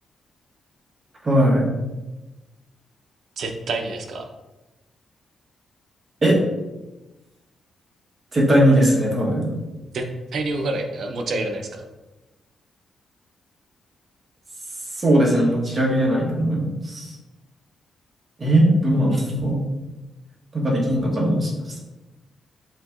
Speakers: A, on the right; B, on the right.
A: うはい。
B: 絶対にですか
A: え、絶対にですね、多分。
B: 絶対に動かない。あ持ち上げられないですか
A: そうですね、持ち上げれないと思います。え、どうなんですか <laughs> なんかできんのかなもしかし